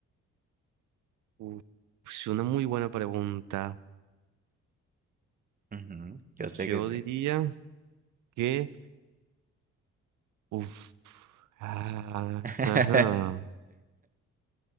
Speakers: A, on the right; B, on the right.
A: Uf, es una muy buena pregunta.
B: Ujú, Yo sé
A: Yo
B: que sí.
A: diría que, uf, ah,
B: <laughs>
A: ajá,